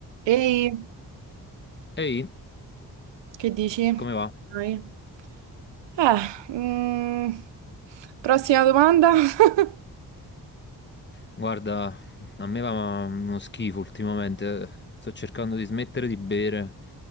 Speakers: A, on the right (about 80°); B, on the left (about 25°).
A: Ehi,
B: Ehi,
A: che dici?
B: come va?
A: Dai. Eh, mm, prossima domanda? <laughs>
B: Guarda, a me va uno schifo ultimamente. Sto cercando di smettere di bere